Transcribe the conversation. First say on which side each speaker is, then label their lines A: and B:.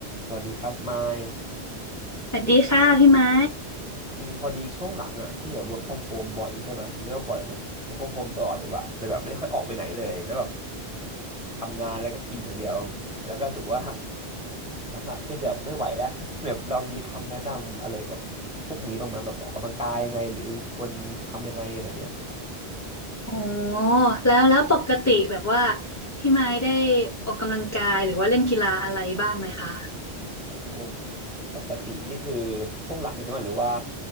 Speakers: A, in the centre; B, on the left (about 20°).
A: สวัสดีครับมาย
B: สวัสดีค่ะพี่ไม้
A: อืมพอดีช่วงหลังอ่ะพี่อ่ะ work from home บ่อยใช่ไหมเรียกว่าบ่อยเลย work from home ตลอดดีกว่าเลยแบบไม่ได้ค่อยออกไปไหนเลยแล้วแบบทำงานแล้วก็กินอย่างเดียวแล้วก็รู้สึกว่าน้ำหนักขึ้นจะไม่ไหวแล้ว <laughs> แบบเรามีคำแนะนำอะไรกับพวกนี้บ้างไหมแบบออกกำลังกายยังไงหรือควรทำยังไงอะไรเงี้ย
B: โอ้แล้วแล้วปกติแบบว่าพี่ไม้ได้ออกกำลังกายหรือว่าเล่นกีฬาอะไรบ้างไหมคะ
A: โอ้ปกตินี่คือช่วงหลังใช่ไหมหรือว่า